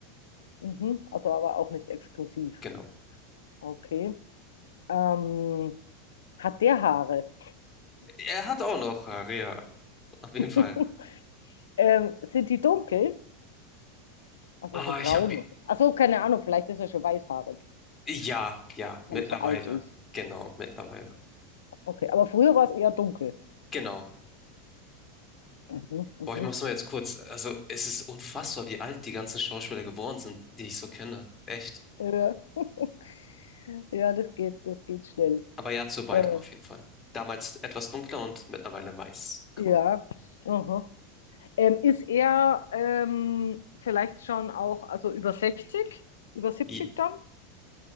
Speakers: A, on the left; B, on the left.
A: Mhm. Also aber auch nicht exklusiv.
B: genau.
A: Okay. Ähm, hat der Haare?
B: Er hat auch noch Haare, ja, auf jeden
A: <laughs>
B: Fall.
A: Ähm, sind die dunkel? Also
B: Ah,
A: so braun.
B: ich habe
A: Achso, keine Ahnung, vielleicht ist er schon weißhaarig,
B: ja, ja, mittlerweile.
A: wenn er so alt ist.
B: Genau, mittlerweile.
A: Okay, aber früher war es eher dunkel.
B: Genau.
A: Mhm, mhm.
B: Boah, ich mach's nur jetzt kurz. Also, es ist unfassbar, wie alt die ganzen Schauspieler geworden sind, die ich so kenne. Echt.
A: Ja. <laughs> Ja, das geht, das geht schnell.
B: Aber ja, zu beidem
A: Äh,
B: auf jeden Fall. Damals etwas dunkler und mittlerweile weiß, grau.
A: ja. Aha. Ähm, ist er ähm, vielleicht schon auch, also über 60 über 70
B: I.
A: dann?